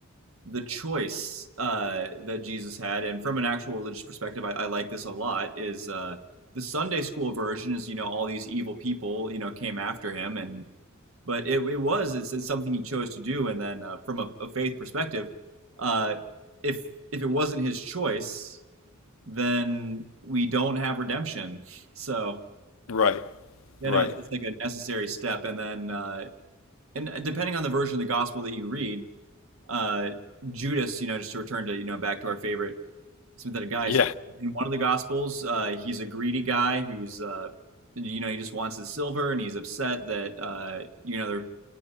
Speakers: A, on the right (about 80°); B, on the left (about 80°).
A: the choice uh, that Jesus had, and from an actual religious perspective, I, I like this a lot. Is uh, the Sunday school version is you know all these evil people you know came after him, and but it, it was it's, it's something he chose to do, and then uh, from a, a faith perspective, uh, if if it wasn't his choice, then we don't have redemption. So
B: Right.
A: you
B: Right.
A: know it's, it's like a necessary step, and then uh, and depending on the version of the gospel that you read, uh, Judas, you know, just to return to you know back to our favorite sympathetic guy.
B: Yeah.
A: It's like in one of the gospels, uh, he's a greedy guy who's uh, you know he just wants the silver and he's upset that uh, you know they're,